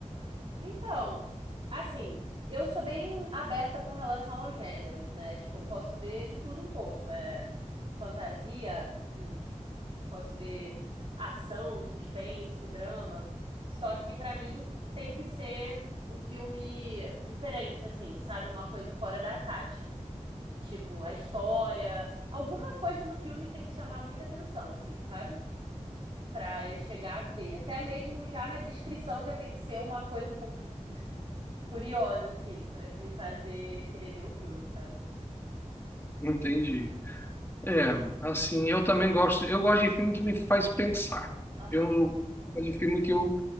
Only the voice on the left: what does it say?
Entendi. É, assim, eu também gosto, eu gosto de filme que me faz pensar.
Eu gosto de filme que eu